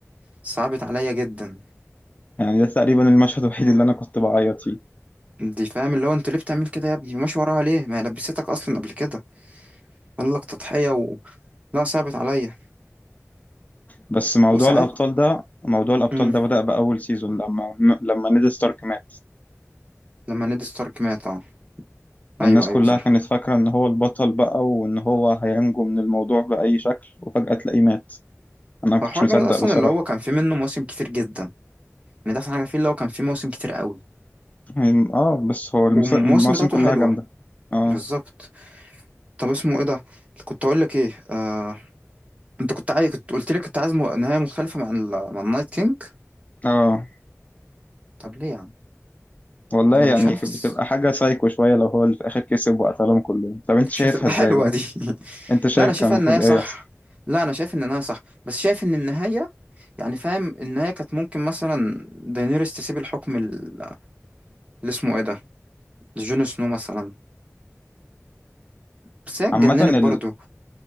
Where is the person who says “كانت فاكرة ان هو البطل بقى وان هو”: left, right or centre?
Left